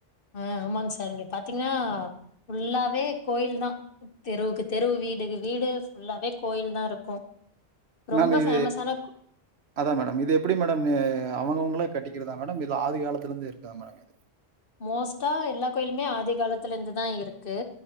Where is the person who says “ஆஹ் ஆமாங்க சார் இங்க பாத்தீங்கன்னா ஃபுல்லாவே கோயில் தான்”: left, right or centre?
Left